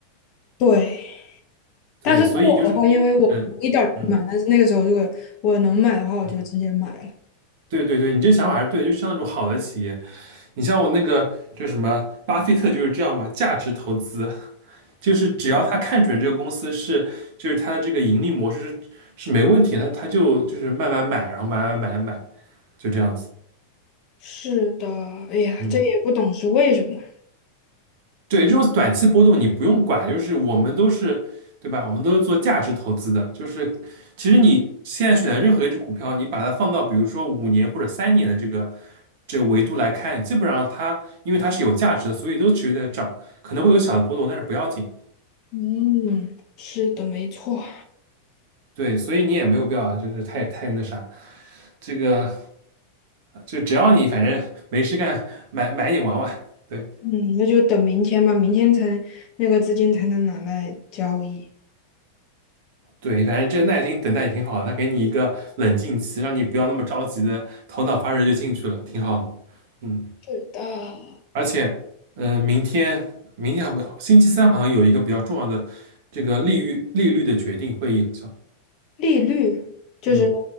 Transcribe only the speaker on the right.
对，
所以就是，
嗯嗯
嗯。对对对，你这个想法还是对的，就是像那种好的企业，你像我那个就什么巴菲特就是这样嘛，价值投资就是只要他看准这个公司是，就是他的这个盈利模式是是没问题的，他他就就是慢慢买，然后买买买买，就这样子。
嗯
对，这种短期波动你不用管，就是我们都是，对吧？我们都是做价值投资的，就是其实你现在选的任何一只股票，你把它放到比如说五年或者三年的这个这个维度来看，基本上它因为它是有价值的，所以都持续在涨，可能会有小的波动，但是不要紧。
对，所以你也没有必要就是太太那啥，这个就只要你反正没事干，买买一点玩玩。对。
对，反正这耐心等待也挺好的，他给你一个冷静期，让你不要那么着急的头脑发热就进去了，挺好的。嗯，
而且，嗯、明天明天好不，星期三好像有一个比较重要的这个利率利率的决定会议，好像，
嗯，